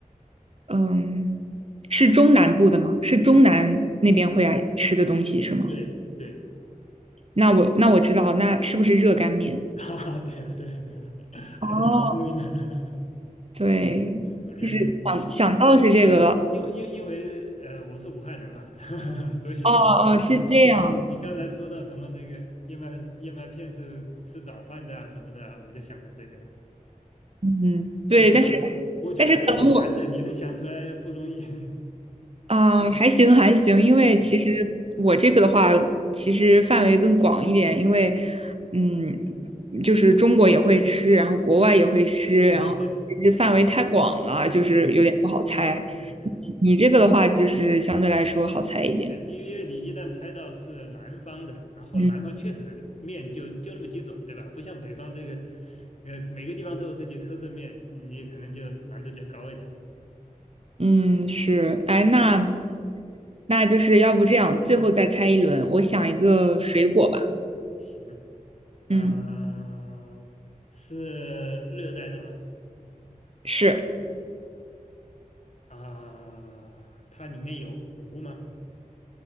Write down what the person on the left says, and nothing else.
对对。
啊，<laughs> 对了，对了，对了，
还是很聪明的。
<clears throat>
因因啊，因因因为呃，我是武汉人嘛，<laughs> 所以
<laughs>
你你刚才说到什么那个燕麦燕麦片是吃早饭的啊什么的啊我就想到这个了。
我觉得还我觉得还有点难的，
你能想出来不容易。<laughs>
嗯，
对对对
对
对对对。
对，因为你一旦猜到是南方的，然后南方确实的面就就那么几种，
对吧？不像北方这个，呃，每个地方都有自己特色面，你可能就难度就高一点。
行，啊、
是热带的吗？
啊、它里面有湖吗？